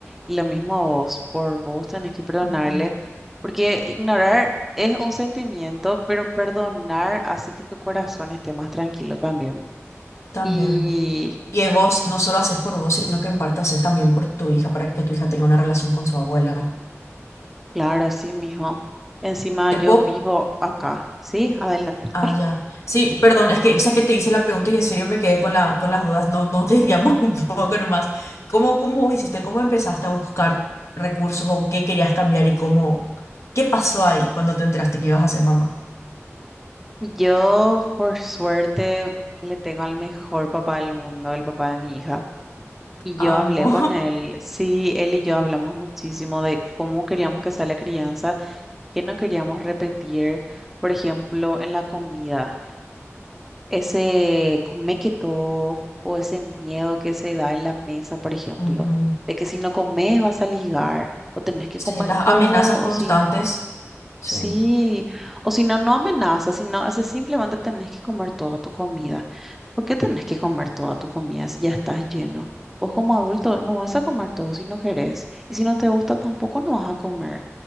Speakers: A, in the centre; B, on the left (about 70°).
A: y lo mismo a vos, por vos tenés que perdonarle,
B: ujú,
A: porque ignorar es un sentimiento, pero perdonar hace que tu corazón esté más tranquilo también.
B: también.
A: Y
B: Y vos no solo haces por vos, sino que en parte haces también por tu hija, para que tu hija tenga una relación con su abuela.
A: claro, así mijo. Encima
B: Te
A: yo
B: puedo
A: vivo acá. Sí, adelante.
B: Ah,
A: <laughs>
B: ya. Sí, perdón, es que, o sea, que te hice la pregunta y en serio me quedé con la, con las dudas, no, nos desviamos <laughs> un poco nomás. ¿Cómo, cómo vos hiciste? ¿Cómo empezaste a buscar recursos o qué querías cambiar y cómo, qué pasó ahí cuando te enteraste que ibas a ser mamá?
A: Yo, por suerte, le tengo al mejor papá del mundo, el papá de mi hija. Y yo
B: Amo.
A: hablé con él. Sí, él y yo hablamos muchísimo de cómo queríamos que sea la crianza, que no queríamos repetir, por ejemplo, en la comida. ese come que todo o ese miedo que se da en la mesa, por ejemplo,
B: <laughs> Ujú.
A: de que si no comes vas a ligar o tenés que
B: Sí,
A: comer
B: las
A: todo
B: amenazas constantes.
A: o si no.
B: Sí.
A: Sí, o si no, no amenazas, sino ese simplemente tenés que comer toda tu comida. ¿Por qué tenés que comer toda tu comida si ya estás lleno? Vos como adulto no vas a comer todo si no querés. Y si no te gusta tampoco no vas a comer.